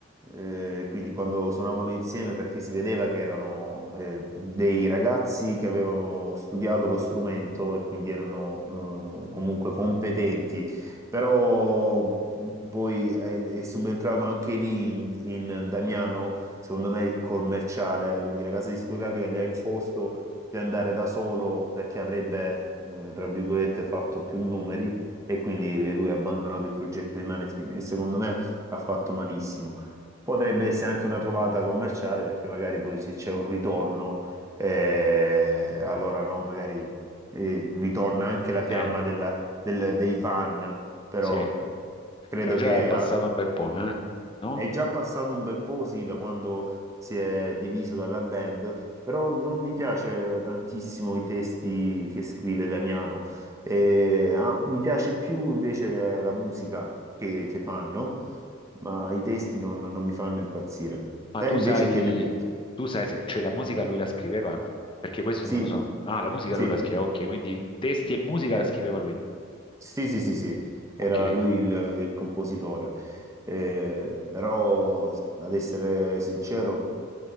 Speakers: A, on the right; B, on the left.
A: eh, quindi quando suonavano insieme perché si vedeva che erano eh, dei ragazzi che avevano studiato lo strumento e quindi erano eh, comunque competenti, però mh, poi è, è subentrato anche lì in, in Damiano, secondo me il commerciale, quindi la casa discografica gli ha imposto di andare da solo perché avrebbe, eh, tra virgolette, fatto più numeri e quindi lui ha abbandonato il progetto di Maneskin e secondo me ha fatto malissimo. Potrebbe essere anche una trovata commerciale perché magari poi se c'è un ritorno, eh, allora no, magari eh, ritorna anche la fiamma
B: Sì,
A: della- del- dei fan, però
B: sì,
A: credo
B: però già
A: che
B: è passato
A: ah,
B: un bel po', eh? No?
A: è già passato un bel po', sì, da quando si è diviso dalla band, però non mi piace tantissimo i testi che scrive Damiano. E, ah, mi piace più invece le- la musica che, che fanno, ma i testi non, non mi fanno impazzire.
B: Ma
A: Te
B: tu
A: invece
B: sai,
A: che ne pensi?
B: tu sai, se- cioè la musica lui la scriveva? Perché questo
A: Sì,
B: non lo so. Ah, la musica
A: sì.
B: lui la scriveva, ok, quindi testi e musica la scriveva lui,
A: Sì, sì, sì, sì, era
B: ok.
A: lui il, il compositore, Eh, però ad essere sincero